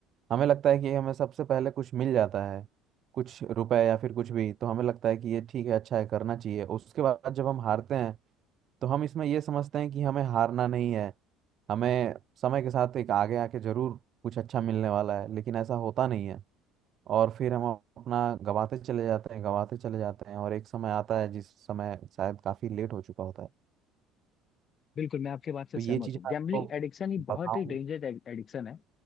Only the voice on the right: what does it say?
हमें लगता है कि हमें सबसे पहले कुछ मिल जाता है कुछ रुपए या फिर कुछ भी तो हमें लगता है कि ये ठीक है अच्छा है करना चाहिए उसके बाद जब हम हारते हैं तो हम इसमें ये समझते हैं कि हमें हारना नहीं है हमें समय के साथ एक आगे आके जरूर कुछ अच्छा मिलने वाला है लेकिन ऐसा होता नहीं है और फिर हम अपना गवाते चले जाते हैं गवाते चले जाते हैं और एक समय आता है जिस समय शायद काफी लेट हो चुका होता है
तो
ये चीज
मैं
आपको
बताऊं